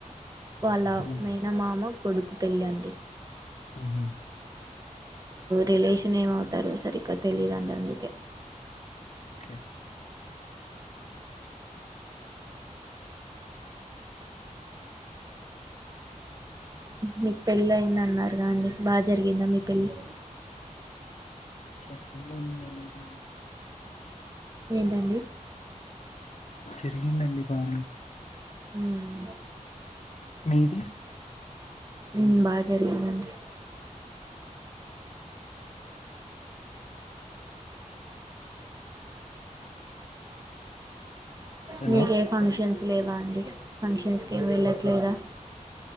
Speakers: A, on the right; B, on the left.
A: వాళ్ళ
B: ఉమ్,
A: మేన మామ కొడుకు పెళ్ళండి
B: ఆహా
A: రిలేషన్ ఏమవుతారో సరిగ్గా తెలీయదండి అందుకే
B: ఓకే,
A: మీకు పెళ్ళి అయింది అన్నారు కా అండి బాగా జరిగిందా మీ పెళ్ళి
B: చెరికి ఎలాగైనా
A: ఏంటండి
B: చెరిగిందండి పానీ
A: హ్మ్మ్
B: మీది
A: హ్మ్మ్ బా జరిగిందండి
B: హలో
A: మీకే ఫంక్షన్స్ లేవా అండి ఫంక్షన్స్ కి వెళ్ళట్లేదా